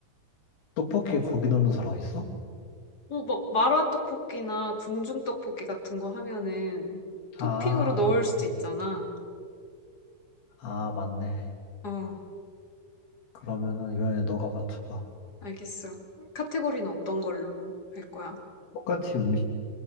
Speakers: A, on the left; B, on the left.
A: 떡볶이에 고기 넣는 사람 있어?
B: 어, 막 마라 떡볶이나 궁중 떡볶이 같은 거 하면은 토핑으로
A: 아,
B: 넣을
A: 아,
B: 수도 있잖아.
A: 아, 맞네.
B: 어,
A: 그러면은 이번에 너가 맞춰봐.
B: 알겠어. 카테고리는 어떤 걸로 할 거야?
A: 똑같이 음식.